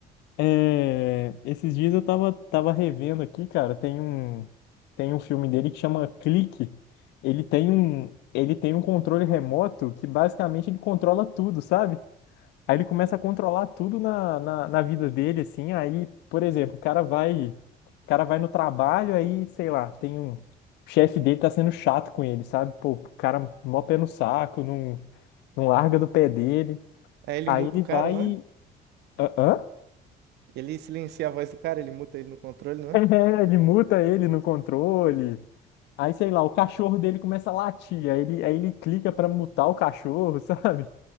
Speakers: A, on the left; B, on the right.
A: É, esses dias eu tava, tava revendo aqui, cara, tem um, tem um filme dele que chama Clique. Ele tem um, ele tem um controle remoto que basicamente ele controla tudo, sabe? Aí ele começa a controlar tudo na, na, na vida dele, assim. Aí, por exemplo, o cara vai, o cara vai no trabalho, aí, sei lá, tem um, o chefe dele tá sendo chato com ele, sabe? Pô, o cara mó pé no saco, não, não larga do pé dele.
B: Aí ele
A: Aí
B: muta
A: ele
B: o
A: vai.
B: cara, não
A: e-
B: é?
A: Hã?
B: Ele silencia a voz do cara, ele muta ele no controle, não é?
A: É, ele muta ele no controle. Aí, sei lá, o cachorro dele começa a latir. Aí ele, aí ele clica pra mutar o cachorro, <laughs> sabe?